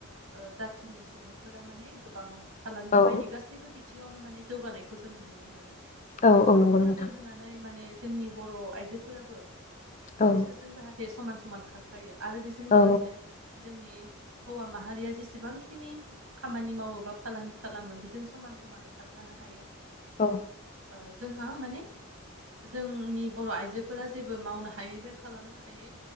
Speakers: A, on the right (about 80°); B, on the left (about 35°).
A: ओ जाथिनि सुबुंफोरा माने गोबां फालांगि
B: औ
A: बायदि गासैबो बि बिथिङावनो माने जौगानायखौ जोङो नुनो मोनो
B: औ
A: बेफोरखौ
B: औ नंगौ नोंथां
A: नोजोर होनानै माने जोंनि बर' आइजोफोराबो
B: औ
A: बिसोरजों जाहाथे दे समान समान खारफायो आरो बेजों
B: औ
A: लोगोसे जोंनि हौवा माहारिया जेसेबांखिनि खामानि मावो बा फालांगि खालामो बेजों समान समानै खानै खारफानो हायो।
B: औ
A: ओ जोंहा माने जोंनि बर' आइजोफोरा जेबो मावनो हायै बा खालामनो हायै